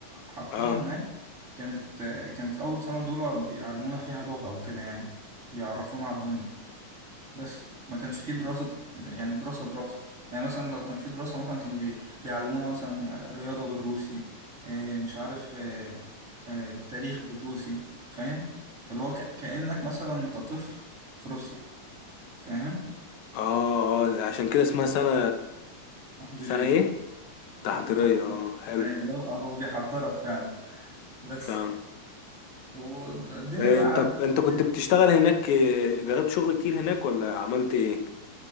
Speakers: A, on the right; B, on the left.
A: حطونا
B: اه
A: هناك كانت كانت أول سنة دول بيعلمونا فيها لغة وكده يعني بيعرفونا على الدنيا بس ما كانش في دراسة يعني دراسة دراسة يعني مثلا لو كان في دراسة مثلا كانوا بي بيعلمونا مثلا رياضة بالروسي آه، مش عارف آه، آه، التاريخ بالروسي فاهم اللي هو ك- كأنك مثلا أنت طفل في روسيا فاهم
B: اه اه عشان كده اسمها سنة
A: تحضيرية
B: سنة ايه تحضيرية
A: تحضيرية
B: اه حلو
A: يعني اللي هو هو بيحضرك فعلا بس
B: فاهم
A: والدنيا
B: إيه
A: بقى عدت
B: طب انت
A: هناك.
B: كنت بتشتغل هناك إيه، جربت شغل كتير هناك ولا عملت ايه